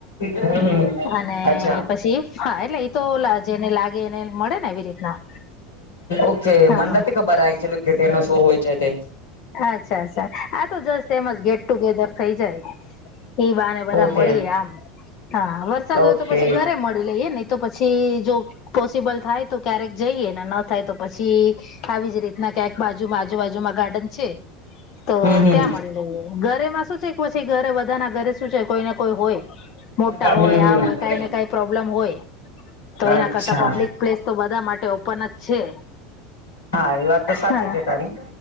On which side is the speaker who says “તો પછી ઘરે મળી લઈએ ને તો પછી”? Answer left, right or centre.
Left